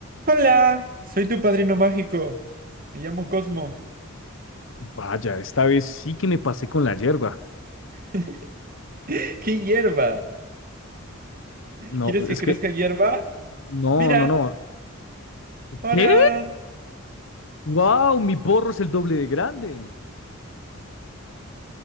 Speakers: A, on the right; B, on the left.
A: Hola, soy tu padrino mágico. Me llamo Cosmo.
B: Vaya, esta vez sí que me pasé con la hierba.
A: <laughs> ¿Qué hierba?
B: No,
A: ¿Quieres que
B: es
A: crezca
B: que,
A: hierba?
B: no,
A: Mira,
B: no, no.
A: ahora...
B: ¿Qué? ¡Wow! Mi porro es el doble de grande.